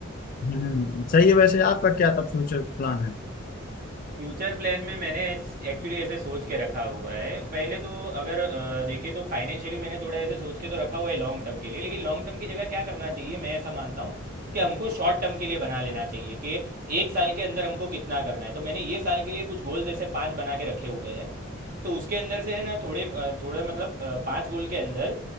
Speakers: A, on the left; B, on the right.
A: हम्म, सही है वैसे आपका क्या तब फ्यूचर प्लान है
B: फ्यूचर प्लान में मैंने एक्चुअली ऐसे सोच के रखा हुआ है पहले तो अगर अ, देखें तो फाइनेंशियली मैंने थोड़ा ऐसे सोच के तो रखा हुआ है लॉन्ग टर्म के लिए लेकिन लॉन्ग टर्म की जगह क्या करना चाहिए मैं ऐसा मानता हूँ कि हमको शॉर्ट टर्म के लिए बना लेना चाहिए कि एक साल के अंदर हमको कितना करना है तो मैंने ये साल के लिए कुछ गोल जैसे पाँच बना के रखे हुए हैं तो उसके अंदर से है ना थोड़े अ, थोड़े मतलब अ, पाँच गोल के अंदर